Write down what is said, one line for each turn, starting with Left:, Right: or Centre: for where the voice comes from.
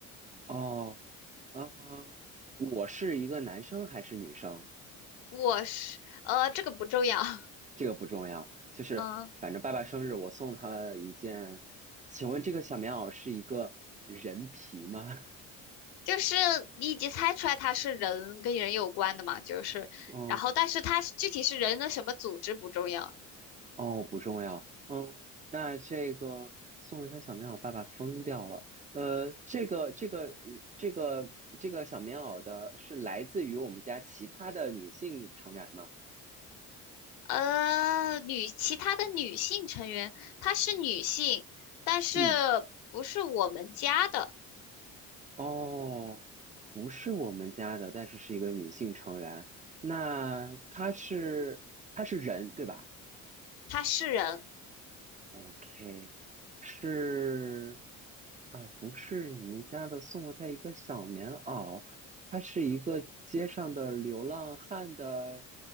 Right: 哦，嗯、我是一个男生还是女生？
Left: 我是，呃，这个不重要，<laughs>
Right: 这个不重要，就是反正爸爸生日，
Left: 嗯、
Right: 我送他了一件。请问这个小棉袄是一个人皮吗？
Left: 就是你已经猜出来它是人跟人有关的嘛，就是，
Right: <laughs> 哦，
Left: 然后但是它是具体是人的什么组织不重要，
Right: 哦，不重要。嗯，那这个送一条小棉袄，爸爸疯掉了。呃，这个这个这个这个小棉袄的是来自于我们家其他的女性成员吗？
Left: 呃，女其他的女性成员，她是女性，但是
Right: 嗯，
Left: 不是我们家的，
Right: 哦，不是我们家的，但是是一个女性成员。那她是她是人，对吧？
Left: 她是人，
Right: OK，是啊，不是你们家的送了他一个小棉袄，他是一个街上的流浪汉的